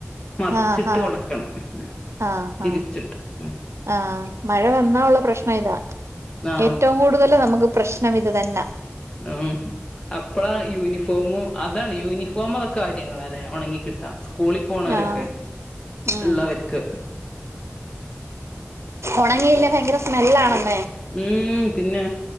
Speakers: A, on the left; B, on the right.
A: മറിച്ചിട്ട്
B: ആഹ് ആഹ്
A: ഉണക്കണം മം
B: ആഹ്
A: തിരിച്ചിട്ട്
B: ആഹ്
A: ഉം.
B: ആഹ് മഴ വന്നാ ഉള്ള പ്രശ്നം ഇതാ
A: ആ
B: ഏറ്റവും കൂടുതൽ നമുക്ക് പ്രശ്നം ഇത് തന്നെ.
A: ആ അപ്പള യൂനീഫോം ഫോമും അതാണ് യൂണിഫോമൊക്കെ കാര്യങ്ങള അല്ലെ ഉണങ്ങി കിട്ടാം സ്കൂളിൽ പോണവരൊക്കെ
B: ആഹ് ഉം
A: ഉള്ളവർക്ക്.
B: ഉണങ്ങിയില്ലേ ഭയങ്കര സ്മെല്ലാണ്.
A: ഉം പിന്നെ?